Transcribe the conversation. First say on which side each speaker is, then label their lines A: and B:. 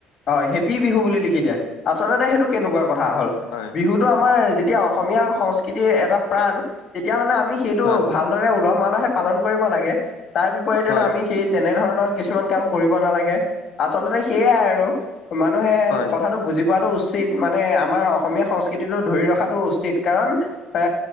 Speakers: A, on the left; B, on the left.
A: হয় হেপী বিহু বুলি লিখি দিয়ে। আচলতে সেইটো কেনেকুৱা কথা হ'ল?
B: হয়।
A: বিহুটো আমাৰ যেতিয়া অসমীয়া সংস্কৃতিৰ এটা প্ৰাণ, তেতিয়াহ'লে আমি সেইটো
B: হয়,
A: ভালদৰে উলহ-মালহে পালন কৰিব লাগে। তাৰ বিপৰীতেনো
B: হয়,
A: আমি সেই তেনে ধৰণৰ কিছুমান কাম কৰিব নালাগে আচলতে সেইয়াই আৰু। মানুহে
B: হয়।
A: কথাটো বুজি পোৱাটো উচিত, মানে আমাৰ অসমীয়া সংস্কৃতিটো ধৰি ৰখাটো উচিত, কাৰণ এ